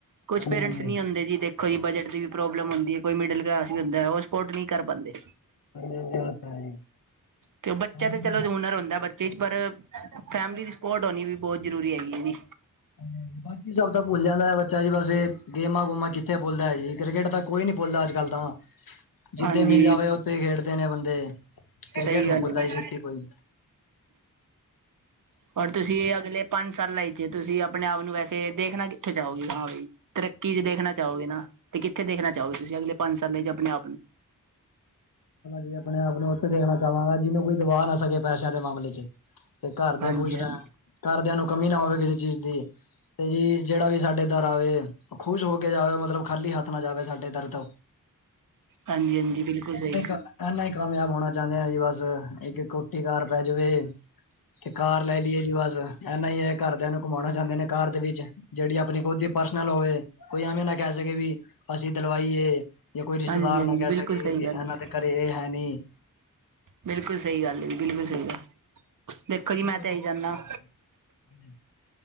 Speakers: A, on the right; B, on the left.
A: ਕੁਛ
B: ਹਾਂਜੀ
A: ਪੇਰੈਂਟਸ
B: ਹਾਂਜੀ
A: ਨੀ ਹੁੰਦੇ ਜੀ ਦੇ ਕੋਈ ਬਜਟ ਦੀ ਵੀ ਪ੍ਰੋਬਲਮ ਹੁੰਦੀ, ਕੋਈ ਮਿਡਲ ਕਲਾਸ ਵੀ ਹੁੰਦਾ ਉਹ ਸਪੋਰਟ ਨਹੀਂ ਕਰ ਪਾਉਂਦੇ।
B: ਹਾਂਜੀ ਉਹ ਤਾਂ ਹੈ ਜੀ।
A: ਤੇ ਉਹ ਬੱਚਾ
B: ਹਾਂਜੀ
A: ਤੇ ਚਲੋ ਹੁਨਰ ਹੁੰਦਾ। ਚੀਜ਼ ਪਰ ਫੈਮਿਲੀ ਦੀ ਸਪੋਟ ਹੋਣੀ ਵੀ ਬਹੁਤ ਜ਼ਰੂਰੀ ਹੈਗੀ ਇਹਦੀ।
B: ਹਾਂ-ਹਾਂਜੀ ਬਾਕੀ ਸਭ ਤਾਂ ਭੁੱਲ ਜਾਂਦਾ ਬੱਚਾ ਜੀ ਬਸੇ ਗੇਮਾਂ-ਗੁਮਾਂ ਕਿੱਥੇ ਭੁਲਦਾ ਹੈ ਜੀ ਕ੍ਰਿਕਟ ਤਾਂ ਕੋਈ ਨੀ ਭੋਲ ਅੱਜ-ਕੱਲ ਤਾਂ ਜਿੱਥੇ
A: ਹਾਂਜੀ
B: ਮਿਲ ਜਾਵੇ ਉੱਥੇ ਖੇਡਦੇ ਨੇ ਬੰਦੇ।
A: ਸਹੀ
B: ਕ੍ਰਿਕੇਟ ਨੀ
A: ਗੱਲ
B: ਭੁੱਲਦਾ
A: ਹੈ
B: ਜੀ ਛੇਤੀ ਕੋਈ।
A: ਪਰ ਤੁਸੀਂ ਇਹ ਅਗਲੇ ਪੰਜ ਸਾਲਾ ਚ ਤੁਸੀਂ ਆਪਣੇ ਆਪ ਨੂੰ ਵੈਸੇ ਦੇਖਣਾ ਕਿੱਥੇ ਚਾਹੋਗੇ ਹਾਂ ਬਈ ਤਰੱਕੀ ਚ ਦੇਖਣਾ ਚਾਹੋਗੇ ਨਾ। ਤੇ ਕਿੱਥੇ ਦੇਖਣਾ ਚਾਹੋਗੇ ਤੁਸੀਂ ਅਗਲੇ ਪੰਜ ਸਾਲਾਂ ਚ ਆਪਣੇ-ਆਪ ਨੂੰ?
B: ਜੀ ਆਪਣੇ-ਆਪ ਨੂੰ ਉੱਥੇ ਦੇਖਣਾ ਚਾਹਾਂਗਾ ਜਿਹਨੂੰ ਕੋਈ ਦਬਾ ਨਾ ਸਕੇ ਪੈਸਿਆਂ ਦੇ ਮਾਮਲੇ ਚ। ਤੇ ਘਰਦਿਆਂ
A: ਹਾਂਜੀ
B: ਖੁਸ਼ ਰਹਿਣ,
A: ਹਾਂਜੀ
B: ਘਰਦਿਆਂ ਨੂੰ ਕਮੀ ਨਾ ਹੋਵੇ ਕਿਸੇ ਚੀਜ਼ ਦੀ। ਤੇ ਜੀ ਜਿਹੜਾ ਵੀ ਸਾਡੇ ਇਧਰ ਆਵੇ ਉਹ ਖ਼ੁਸ਼ ਹੋ ਕੇ ਜਾਵੇ, ਮਤਲਬ ਖਾਲੀ ਹੱਥ ਨਾ ਜਾਵੇ ਸਾਡੇ ਦਰ ਤੋਂ।
A: ਹਾਂਜੀ-ਹਾਂਜੀ, ਬਿਲਕੁਲ ਸਹੀ।
B: ਇਨਾ ਹੀ ਕਾਮਯਾਬ ਹੋਣਾ ਚਾਹੁੰਦੇ ਆ ਜੀ, ਬਸ ਇੱਕ ਕੋਠੀ ਕਾਰ ਪੈ ਜਾਵੇ। ਤੇ ਕਾਰ ਲੈ ਲਈਏ ਜੀ ਬਸ। ਇਨਾ ਹੀ ਘਰਦਿਆਂ ਨੂੰ ਘੁਮਾਉਣਾ ਚਾਹੁੰਦੇ ਨੇ ਘਰ ਦੇ ਵਿੱਚ ਜਿਹੜੀ ਆਪਣੀ ਖੁਦ ਹੀ ਪਰਸਨਲ ਹੋਵੇ। ਕੋਈ ਐਵੇਂ ਨਾ ਕਹਿ ਸਕੇ ਵੀ ਅਸੀਂ ਦਲਵਾਈਏ ਜਾਂ ਕੋਈ ਰਿਸ਼ਤੇਦਾਰ
A: ਹਾਂਜੀ ਹਾਂਜੀ
B: ਨਾ ਕਹਿ
A: ਬਿਲਕੁਲ
B: ਸਕੇ
A: ਸਹੀ ਗੱਲ
B: ਇਹਨਾਂ
A: ਹੈ
B: ਦੇ ਘਰੇ ਇਹ ਹੈ ਨੀ।
A: ਬਿਲਕੁਲ ਸਹੀ ਗੱਲ ਹੈ ਜੀ, ਬਿਲਕੁਲ ਸਹੀ ਗੱਲ। ਦੇਖੋ
B: ਜਿਵੇਂ
A: ਜੀ ਮੈਂ
B: ਕੋਈ
A: ਤਾਂ
B: ਰਿਸ਼ਤੇਦਾਰ
A: ਇਹੀ ਚਾਹੁੰਦਾ
B: ਹਨ, ਸਮਝੇ